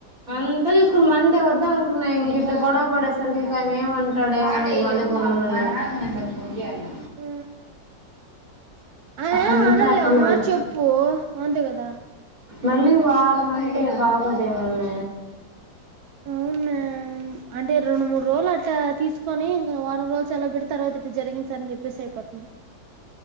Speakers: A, on the right; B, on the right.
A: అంతా చూసుకుని మండే వద్దా మనుకున్నాయి ఇంక ఇట్ గొడవ పడేసరికి ఇంకా ఆయన ఏమంటాడు ఏమో మా నానమ్మకు నేను ఫోన్ చేయన్నా
B: ఆ ఆయనేం
A: అంత
B: అనలే
A: ఆ పిల్ల
B: ఒక మాట
A: ల
B: చెప్పు అంతే కదా
A: మళ్ళీ వారం అంటే బాగోదే మేమ్మ
B: అవున్నే అంటే రెండు మూడు రోజులు అట్టా తీసుకొనింక వారం రోజులు అలా పెట్టి తర్వాత ఇటు జరిగింది సార్ అని చెప్పేసి అయిపోతది.